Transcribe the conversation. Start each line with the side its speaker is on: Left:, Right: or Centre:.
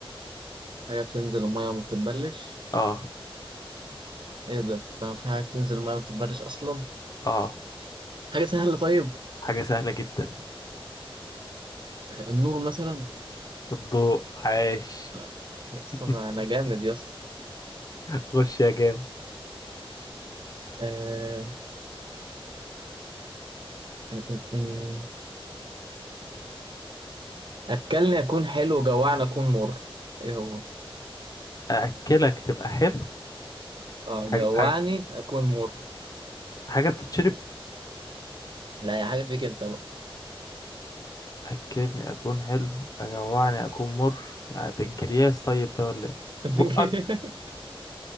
Right: حاجة بتنزل المية وما بتتبلش
Left: اه
Right: ايه ده ده في حاجة بتنزل المية وما بتتبلش اصلا
Left: اه
Right: حاجة سهلة طيب
Left: حاجة سهلة جدا
Right: آه، النور مثلا
Left: الضوء عاش
Right: آه، يا اسطى
Left: <laughs>
Right: انا أنا جامد يا اسطى
Left: خش يا جامد
Right: آه، <laughs> أكلني أكون حلو جوعني أكون مر إيه هو؟
Left: أأكلك تبقى حلو
Right: أه
Left: حاج-
Right: جوعني
Left: حاج-
Right: أكون مر
Left: حاجة بتتشرب
Right: لا يا حاجة فيك أنت بقى
Left: أكلني أكون حلو أجوعني أكون مر يعني بنكرياس طيب ده ولا إيه
Right: <laughs>
Left: بقك